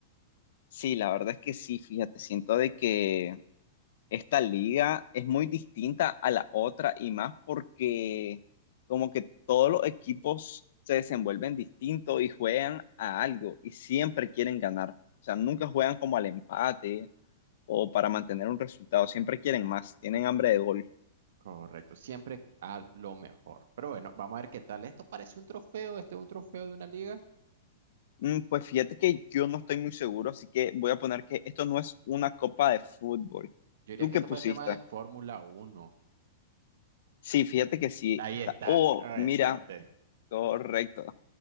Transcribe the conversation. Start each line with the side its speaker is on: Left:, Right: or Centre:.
Left: Sí, la verdad es que sí, fíjate, siento de que esta liga es muy distinta a la otra y más porque como que todos los equipos se desenvuelven distinto y juegan a algo y siempre quieren ganar. O sea, nunca juegan como al empate o para mantener un resultado. Siempre quieren más, tienen hambre de gol.
Right: Correcto, siempre a lo mejor. Pero bueno, vamos a ver qué tal. Esto parece un trofeo, este es un trofeo de una liga.
Left: Mm, Pues fíjate que yo no estoy muy seguro, así que voy a poner que esto no es una copa de fútbol.
Right: Yo diría
Left: ¿Tú
Right: que
Left: qué
Right: esto
Left: pusiste?
Right: parece más de Fórmula Uno.
Left: Sí, fíjate que sí,
Right: Ahí
Left: está.
Right: está,
Left: Oh,
Right: ay,
Left: mira,
Right: acerté,
Left: correcto.